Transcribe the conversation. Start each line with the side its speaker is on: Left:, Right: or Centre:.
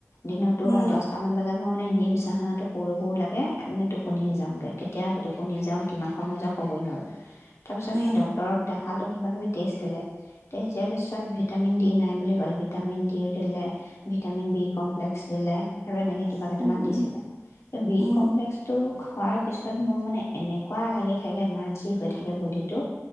Left: দিনতো
Right: উম
Left: দহটামান বজাত মই মানে এনে বিচনাখনাতে পৰিবও লাগে এনে টোপনি যাওঁগে কেতিয়া টোপনি যাওঁ কিমান সময় যাওঁক সময় নয় তাৰ পিছত
Right: উম
Left: সেই ড্ক্তৰক দেখালো। কিবাকিবি টেষ্ট দিলে, টেষ্ট দিয়াৰ পিছত ভিটামিন ডি নাই বুলি ক'লে, ভিটামিন ডি দিলে ভিটামিন বি কমপ্লেক্স দিলে আৰু এনেকৈ কিবা কেইটামান
Right: উম
Left: দিছিলে।
Right: উম
Left: বি
Right: উম
Left: কমপ্লেক্সটো খোৱাৰ পিছত মোৰ মানে এনেকুৱা লাগে এনাৰ্জি হৈ থাকে বদিটো